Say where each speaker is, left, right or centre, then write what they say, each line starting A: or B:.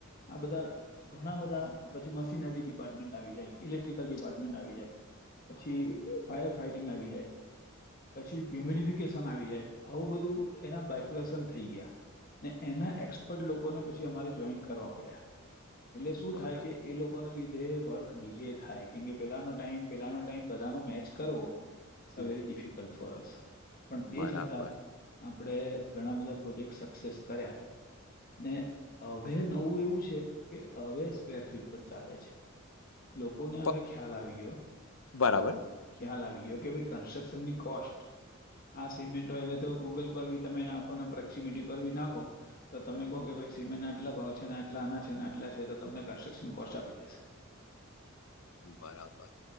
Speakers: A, on the left; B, on the left.
A: આ બધા ઘણા બધા પછી મશીનરી ડિપાર્ટમેન્ટ આવી જાય ઇલેક્ટ્રિકલ ડિપાર્ટમેન્ટ આવી જાય પછી ફાયર ફાઈટિંગ આવી જાય. પછી હ્યુમિડફિકેશન આવી જાય આવું બધું એના બાયફકેસન થઈ ગયા. ને એના એક્સપર્ટ લોકોને પછી અમારે જોઈન કરવા પડ્યા. એટલે શું
B: બરા
A: થાય કે એ લોકોને લી ઘે વર્ક ડીલે થાય કેમકે પેલાનો ટાઈમ પેલાનો ટાઈમ બધાનો મેચ કરવો. It's
B: hmm
A: a very difficult for us પણ તે
B: બરાબર
A: છતા આપણેે ઘણા બધા પ્રોજેક્ટ સક્સેસ કર્યા. ને હવે નવું એવું છે કે હવે સ્ક્વેર ફીટ પર ચાલે છે. લોકોને
B: પ
A: હવે ખ્યાલ આવી ગયો.
B: બરાબર
A: ખ્યાલ આવી ગયો કે ભાઈ કન્સ્ટ્રક્શન ની કોસ્ટ આ સિમેન્ટો હવે તો ગૂગલ પર બી તમે નાખો ને પ્રક્ષીમીટી પર ભી નાખો તો તમે કહો કે ભાઈ સિમેન્ટ આટલા ભાવ છે ને આટલા આના છે ને આટલા છે તો તમને કન્સ્ટ્રક્શન કોસ્ટ આપી દેશે.
B: બરાબર